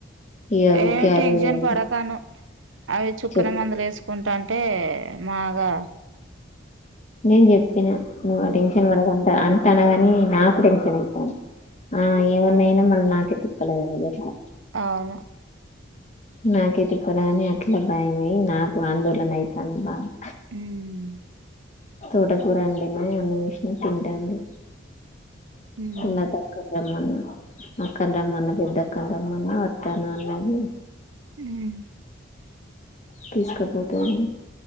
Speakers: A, on the left; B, on the right.
A: ఇగ
B: ఏం
A: ఊకే
B: టెన్షన్
A: అదే
B: పడకాను అవి చుక్కన
A: చెప్
B: మందులు వేసుకు కుంటాంటే మాగా
A: నేను చెప్పిన నువ్వు ఆ టెన్షన్ పడకుంట అ తనది అని నాకు టెన్షన్ అయితాంది ఆ ఏమన్నాయినా మళ్ళీ నాకే తిప్పలే కదట్లా
B: అవును
A: నాకే తిప్పలేగాని అట్లా భయమై నాకు ఆందోళన అయితాను బాగా
B: మ్మ్
A: తోటకూరండినే అన్ని వేషిన తింటాండి
B: ఉమ్
A: ఎన్న తక్కన అమ్మన్న అక్కనీ రామన్న పెద్ద అక్కనీ రామ్మన్న వతనా అన్నది
B: మ్మ్
A: తీసుకపోతేయి